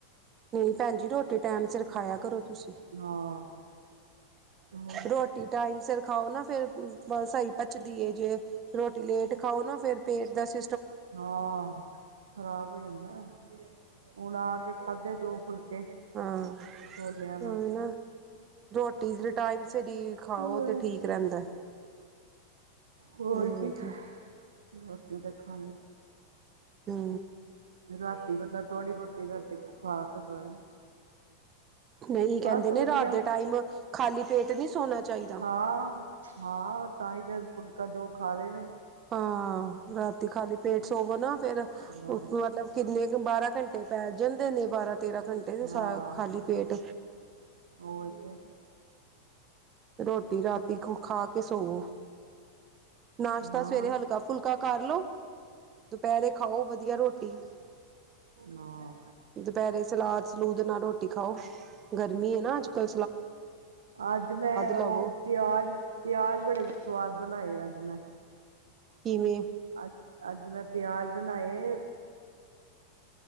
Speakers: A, on the right; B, on the right.
A: ਨਹੀਂ ਭੈਣਜੀ ਰੋਟੀ ਟੈਮ ਸਿਰ ਖਾਇਆ ਕਰੋ। ਤੁਸੀਂ
B: ਹਾਂ। ਹੋਰ,
A: ਰੋਟੀ ਟਾਈਮ ਸਿਰ ਖਾਓ ਨਾ ਫੇਰ ਸਹੀ ਭਚਦੀ ਏ ਜੇ। ਰੋਟੀ ਲੇਟ ਖਾਓ ਨਾ ਫੇਰ ਪੇਟ ਦਾ ਸ
B: ਹਾਂ ਖਰਾਬ ਹੋ ਜਾਂਦਾ ਹੁਣ ਆ ਕੇ ਖਾਧੇ ਦੋ ਫੁਲਕੇ
A: ਹਾਂ,
B: ਛੋਲਿਆਂ ਨਾਲ
A: ਆ ਨਾ ਰੋਟੀ ਟਾਈਮ ਸਿਰ ਹੀ ਖਾਓ
B: ਹੋਰ
A: ਤੇ ਠੀਕ ਰਹਿੰਦਾ।
B: ਹੋਰ
A: ਹੂੰ
B: ਕੀ ਹੋ ਦੇਖਾ
A: ਹੂੰ।
B: ਰਾਤੀ ਬੰਦਾ ਥੋੜ੍ਹੀ ਬਹੁਤੀ ਰਾਟੀ ਖਾ ਕੇ ਸੋ
A: ਨਹੀਂ ਕਹਿੰਦੇ
B: ਬਸ
A: ਨੇ
B: ਵਧੀਆ
A: ਰਾਤ ਦੇ ਟਾਈਮ ਖਾਲੀ ਪੇਟ ਨਹੀਂ ਸੋਣਾ ਚਾਹੀਦਾ
B: ਖਾ ਹਾਂ ਤਾਂ ਹੀ ਤਾਂ ਫੁਲਕਾ ਦੋ ਖਾ ਲਏ ਨੇ
A: ਹਾਂ ਰਾਤੀ ਖਾਲੀ ਪੇਟ ਸੋਵੋ ਨਾ ਫੇਰ
B: ਹਾਂ
A: ਮਤਲਬ ਕਿੰਨੇ ਕੁ ਬਾਰਾਂ ਘੰਟੇ ਪੈ ਜਾਂਣਦੇ ਨੇ ਬਾਰਾਂ ਤੇਰਾਂ ਘੰਟੇ ਤੇ
B: ਹਾਂ
A: ਖਾਲੀ ਪੇਟ
B: ਉਹ ਤੇ
A: ਰੋਟੀ ਰਾਤੀ ਖਾ ਕੇ ਸੋਵੋ ਨਾਸ਼ਤਾ
B: ਹਾਂ
A: ਸਵੇਰੇ ਹਲਕਾ ਫੁਲਕਾ ਕਰ ਲੋ ਦੁਪਹਿਰੇ ਖਾਓ ਵਧੀਆ ਰੋਟੀ <unintelligible>
B: ਹਾਂ
A: ਦੁਪਹਿਰੇ ਸਲਾਦ ਸਲੂਦ ਨਾਲ ਰੋਟੀ ਖਾਓ ਗਰਮੀ ਹੈ ਨਾ ਅੱਜਕੱਲ
B: ਅੱਜ ਮੈਂ
A: ਲਵੋ
B: ਉਹ ਪਿਆਜ ਪਿਆਜ ਬੜੇ ਸਵਾਦ ਬਣਾਏ ਅੱਜ ਮੈਂ
A: ਕਿਵੇਂ
B: ਅੱਜ ਅੱਜ ਮੈਂ ਪਿਆਜ਼ ਬਣਾਏ